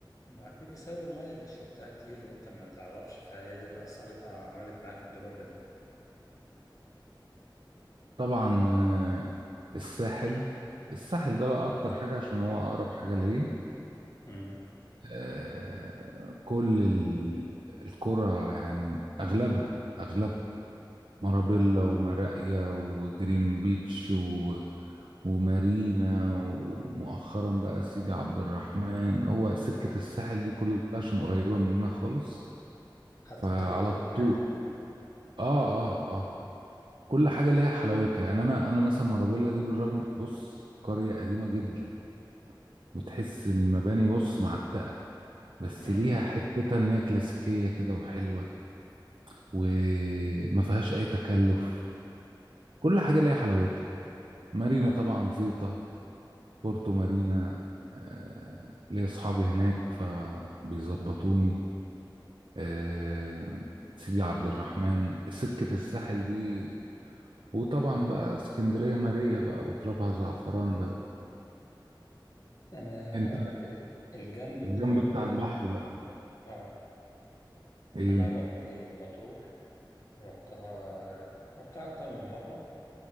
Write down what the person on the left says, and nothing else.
ما اكيد بسبب المية اللي شربتها كتير وانت ما تعرفش فهي دي اللي اثرت او عملت معاك الدروب ده
امم
خدت
الطريق كله يعني
امم
انا
ال- الجنب الغربي
ده
اه
انا رحت مطروح رحتها رحتها اكتر من مرة